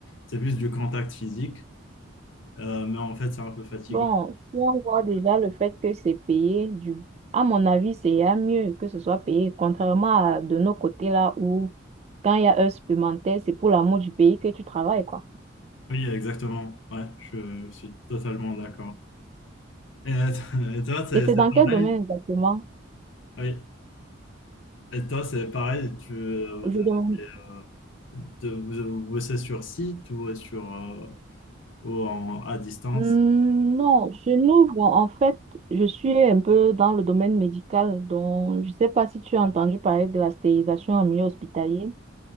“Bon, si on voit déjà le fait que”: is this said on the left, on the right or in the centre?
Right